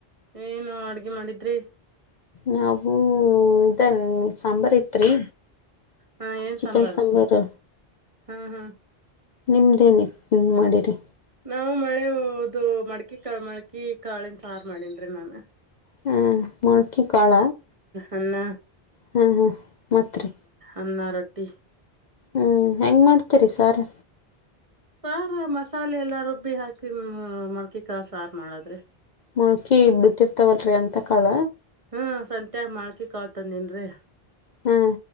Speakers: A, on the right; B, on the left.
A: ಏನು ಅಡ್ಗೆ ಮಾಡಿದ್ರಿ
B: ನಾವುೂ ಇದನ್ ಸಾಂಬಾರ್ ಇತ್ರಿ
A: ಹಾ ಏನ್
B: ಚಿಕನ್
A: ಸಾಂಬಾರ
B: ಸಾಂಬಾರ್
A: ಹ್ಮ ಹ್ಮ್
B: ನಿಮ್ದೇನಿ ಮಾಡಿರಿ
A: ನಾವವು ಮಳೆ ಮಡ್ಕಿ ಕ ಮಡ್ಕಿ ಕಾಳನ್ ಸಾರು ಮಾಡನ್್ರಿ ನನ್
B: ಹ ಮೊಳಕೆಕಾಳ
A: ಅನ್ನ
B: ಹ್ಮ ಹಾ ಮತ್ರಿ
A: ಅನ್ನಾರೊಟ್ಟಿ
B: ಹ್ಮ್ ಹೆಂಗ್ ಮಾಡ್ತೀರಿ ಸಾರ್
A: ಸಾರ ಮಸಾಲೆ ಎಲ್ಲಾ ರುಬ್ಬಿ ಹಾಕಿ ಮಡ್ಕಿಕ ಸಾರು ಮಾಡದ್ರೆ
B: ಮಳ್ಕಿ ಬಿಟ್ಟಿರ್ತವಲ್ರಿ ಅಂತ ಕಾಳ
A: ಹ್ಮ್ ಸತ್ಯಾಗ ಮಾಡ್ಕಿ ಕಾಳ್ತನ್ನ್ರರಿ
B: ಹಾ